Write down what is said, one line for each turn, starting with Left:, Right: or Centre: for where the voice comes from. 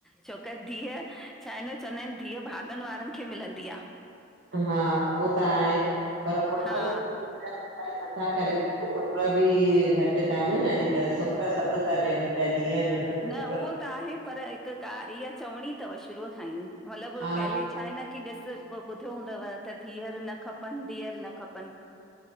Centre: छोक धीअ, छा एन चवंदा इन धीअ भाॻनि वारनि खे़ मिलंदी आ
Right: हा, उहो त आहे पर पुट्रन
Centre: हा
Right: खे नथा करे सघूं पुट बि घटि कान न अॼुकल्ह सुख सभु ता ॾियन प्या धीअर हुजनि
Centre: न
Right: पुट
Centre: उहो त आहे पर हिकु ॻाल्हि इह चवणी तव शुरू खां ई मतलबु
Right: हा
Centre: पहले छा आहे न की ॾिस पो ॿुधो हूंदव त धीअर न खपनि, धीअर न खपनि